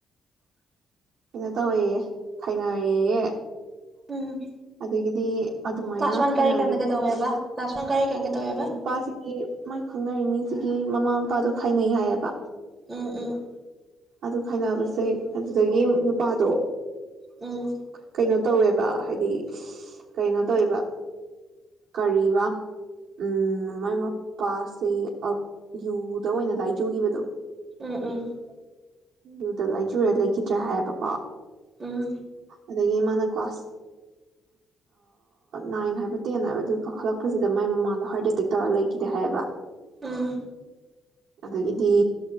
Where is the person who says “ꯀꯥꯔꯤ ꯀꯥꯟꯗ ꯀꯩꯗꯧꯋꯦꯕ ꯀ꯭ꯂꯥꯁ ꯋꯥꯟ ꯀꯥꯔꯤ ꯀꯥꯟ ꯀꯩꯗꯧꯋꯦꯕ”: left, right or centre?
Right